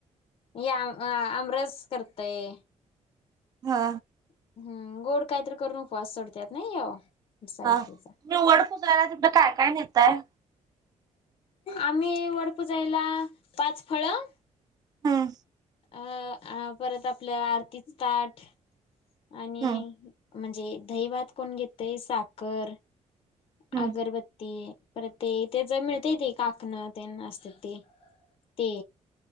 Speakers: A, on the left; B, on the right.
A: या.. अम... आमरस करतय.
B: हा.
A: हम्म... गोड काईतरी करून उपवास सोडत्यात ना ह्यो? सावित्रीचा
B: हा... तुम्ही वड पुजायला तिथं काय काय नेताय?
A: आम्ही वर पुजायला पाच फळं
B: हूं.
A: अ... आ... परत आपलं.... आरतीचं ताट आणि
B: हम्म
A: म्हणजे... दहीभात कोण घेतय साखर
B: हम्म
A: अगरबत्ती परत ते... ते जे मिळतय ते... कापणं तेन असतं ते. ते...